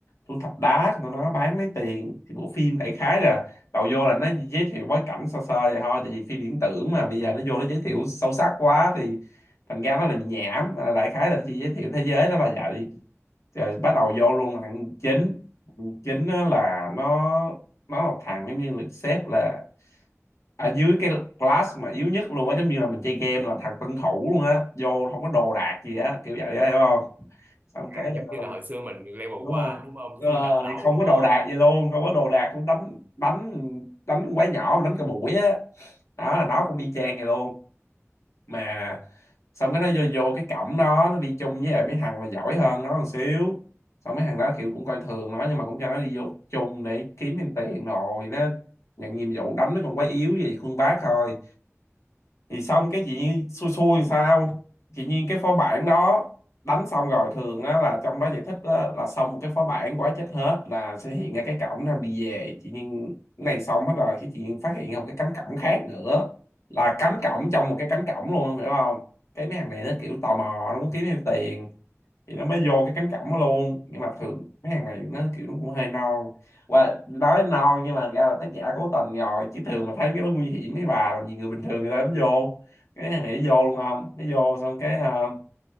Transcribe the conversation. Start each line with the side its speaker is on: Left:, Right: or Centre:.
Left: thu thập đá của tụi nó bán lấy tiền thì bộ phim đại khái là đầu vô là nó giới thiệu bối cảnh sơ sơ vậy thôi tại vì phim viễn tưởng mà bây giờ nó vô nó giới thiệu sâu sắc quá thì thành ra nó là nhảm à, đại khái là nó chỉ giới thiệu thế giới nó là vậy rồi bắt đầu vô luôn thằng chính Thằng chính á là nó nó là một thằng giống như được xếp là ở dưới cái class mà yếu nhất luôn á giống như là mình chơi game là thằng tân thủ luôn á vô không có đồ đạc gì á kiểu vậy á hiểu không xong cái
Right: à, giống như
Left: um,
Right: là hồi xưa mình level
Left: đúng
Right: one
Left: rồi.
Right: đúng không
Left: Đúng
Right: chưa
Left: rồi,
Right: nạp đầu
Left: không
Right: đúng
Left: có
Right: không
Left: đồ đạc gì luôn không có đồ đạc cũng đánh đánh đánh quái nhỏ mà đánh cả buổi á đó là nó cũng y chang vậy luôn mà xong cái nó vô, vô cái cổng đó nó đi chung với lại mấy thằng mà giỏi hơn nó một xíu xong mấy thằng đó kiểu cũng coi thường nó nhưng mà cũng cho nó đi vô chung để kiếm thêm tiền rồi nó nhận nhiệm vụ đánh mấy con quái yếu gì khuân vác thôi thì xong cái chị Nhiên xui xui làm sao chị Nhiên cái phó bản đó đánh xong rồi thường á, là trong đó giải thích á, là xong một cái phó bản quá chết hết là sẽ hiện ra cái cổng nam đi về chị Nhiên cái này xong hết rồi cái chị Nhiên phát hiện ra một cái cánh cổng khác nữa là cánh cổng trong một cái cánh cổng luôn hiểu không cái mấy thằng này nó kiểu tò mò nó muốn kiếm thêm tiền thì nó mới vô cái cánh cổng đó luôn nhưng mà thường mấy hàng này nó kiểu nó cũng hơi non và nói non nhưng mà ra là tác giả cố tình rồi chứ thường mà thấy cái đó nguy hiểm mấy bà làm gì người bình thường người ta dám vô cái hàng này nó vô luôn không nó vô xong cái ờ,